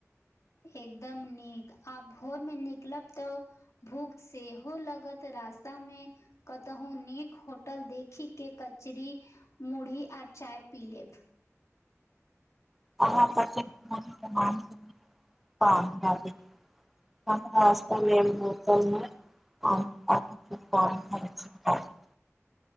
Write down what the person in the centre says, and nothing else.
अाँान <inaudible> आ मतमे <unintelligible> बोतल मे <inaudible>